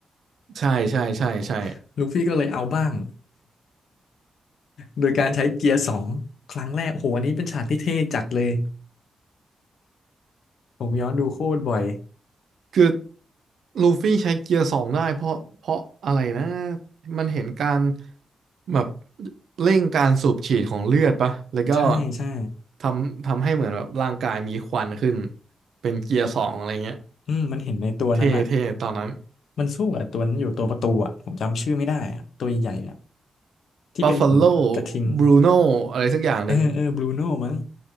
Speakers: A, on the right; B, on the left.
A: ใช่ใช่ใช่ใช่
B: ๆลูฟี่ก็เลยเอาบ้าง โดยการใช้เกียร์สองครั้งแรกโอ้โหอันนี้เป็นฉากที่เท่จัดเลยผมย้อนดูโคตรบ่อย
A: คือลูฟี่ใช้เกียร์สองได้เพราะเพราะอะไรนะมันเห็นการแบบเร่งการสูบฉีดของเลือดปะแล้วก็
B: ใช่ใช่
A: ทำทำให้เหมือนแบบร่างกายมีควันขึ้นเป็นเกียร์สองอะไรเงี้ย
B: อืมมันเห็นในตัวนั้นอ่ะ
A: เท่เท่ตอนนั้น
B: มันสู้กับตัวนั้นอยู่ตัวประตูอ่ะผมจำชื่อไม่ได้อ่ะตัวใหญ่ๆอ่ะที่เป็นขนกระทิง
A: บัฟฟ a โลบรูโนอะไรสักอย่างหนึ่ง
B: เออเออบรูโน่มั้ง